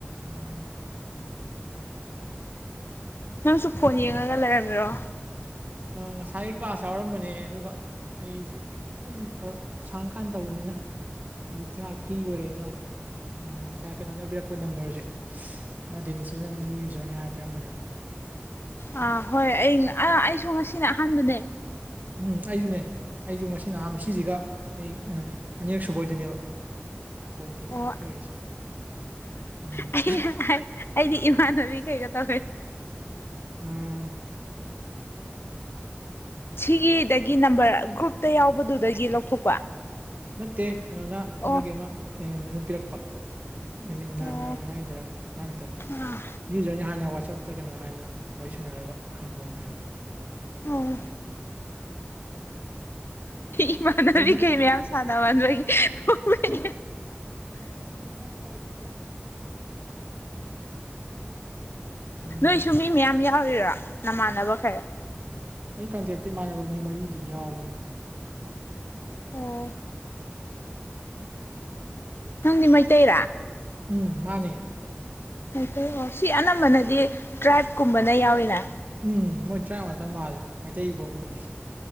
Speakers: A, on the right; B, on the left.
A: ꯎꯝ
B: ꯅꯪꯁꯨ ꯐꯣꯟ ꯌꯦꯡꯉꯒ ꯂꯩꯔꯝꯃꯤꯔꯣ
A: ꯉꯁꯥꯏ ꯀ꯭ꯂꯥꯁ ꯌꯥꯎꯔꯝꯕꯅꯦ ꯑꯗꯨꯒ ꯑꯩꯁꯨ ꯑꯩꯁꯨ ꯁꯪꯀꯥꯟ ꯇꯧꯕꯅꯤꯅ ꯑꯗꯨ ꯇꯉꯥꯛ ꯐ꯭ꯔꯤ ꯑꯣꯏꯔ ꯉꯥꯛꯇꯪ ꯉꯁꯥꯏ ꯀꯩꯅꯣꯅ ꯄꯤꯔꯛꯄ ꯅꯝꯕꯔꯁꯦ ꯃꯥ ꯗꯦꯅꯤꯁꯇ ꯅ ꯅ ꯌꯨꯖꯔꯅꯦ ꯍꯥꯏ ꯄꯤꯔꯝꯕꯅꯦꯕ
B: ꯑꯥ ꯍꯣꯏ ꯑꯩ ꯑꯩꯁꯨ ꯉꯁꯤꯅ ꯑꯍꯥꯟꯕꯅꯦ
A: ꯎꯝ ꯑꯩꯁꯨꯅꯦ ꯑꯩꯁꯨ ꯉꯁꯤ ꯅ ꯑꯍꯥꯟꯕ ꯁꯤꯁꯤꯒ ꯑꯩ ꯀꯩꯅꯣꯅꯦ ꯑꯅꯤꯔ ꯁꯨꯕ ꯑꯣꯏꯗꯣꯏꯅꯦꯕ ꯀꯣꯜ ꯀꯩꯅꯣ
B: ꯑꯣ
A: ꯇꯧꯔꯤꯁꯦ ꯎꯝ
B: ꯑꯩ ꯑꯩꯗꯤ ꯏꯃꯥꯟꯅꯕꯤ ꯀꯩꯒ ꯇꯧꯔꯦ
A: ꯑ
B: ꯁꯤꯒꯤꯗ ꯒꯤ ꯅꯝꯕꯔ ꯒ꯭ꯔꯨꯞꯇ ꯌꯥꯎꯕꯗꯨꯗꯒꯤ ꯂꯧꯊꯣꯛꯄ
A: ꯅꯠꯇꯦ ꯀꯩꯅꯣꯅ
B: ꯑꯣ
A: ꯃꯣꯏꯒꯤ ꯑꯃ ꯑꯦꯅ ꯄꯤꯔꯛꯄ ꯑꯦꯃꯤꯟꯅꯕ
B: ꯑꯣ
A: ꯍꯥꯏꯒꯗ꯭ꯔꯥ ꯃꯥꯅ ꯄꯛꯄ
B: ꯑꯥ
A: ꯅ꯭ꯌꯨꯖꯔꯅꯤ ꯍꯥꯟꯅ ꯋꯥꯆꯞ ꯅ꯭ꯔ ꯀꯩꯅꯣ ꯍꯥꯏꯅ ꯋꯥꯔꯤ ꯁꯥꯟꯅꯔꯒ ꯍꯪꯉꯣꯅ ꯍꯥꯏꯕ
B: ꯑꯣ ꯏꯃꯥꯟꯅꯕꯤꯈꯩ
A: ꯑꯩꯁꯨ
B: ꯃꯌꯥꯝ ꯁꯥꯟꯅꯕꯅꯕꯅꯕꯒꯤ
A: ꯁꯨ ꯀꯣꯃ ꯀꯥꯏꯦꯣ ꯀ ꯎꯝ
B: ꯅꯣꯏꯁꯨ ꯃꯤ ꯃꯌꯥꯝ ꯌꯥꯎꯔꯤꯔꯥ ꯅꯃꯥꯟꯅꯕ ꯈꯔ
A: ꯑꯩ ꯀꯟꯇꯦꯛꯇ ꯏꯃꯥꯟꯅꯕ ꯃꯤ ꯃꯔꯤꯗꯤ ꯌꯥꯎꯕꯅꯤ
B: ꯑꯣ ꯅꯪꯗꯤ ꯃꯩꯇꯩꯔꯥ
A: ꯎꯝ ꯃꯥꯅꯦ
B: ꯃꯩꯇꯩ ꯑꯣ ꯁꯤ ꯑꯅꯝꯕꯅꯗꯤ ꯇ꯭ꯔꯥꯏꯕꯀꯨꯝꯕꯅ ꯌꯥꯎꯋꯤꯅꯥ
A: ꯎꯝ ꯃꯣꯏ ꯇ꯭ꯔꯥꯐ ꯉꯥꯛꯇ ꯃꯥꯜꯂꯦ ꯃꯩꯇꯩꯐꯥꯎ ꯎꯗꯦ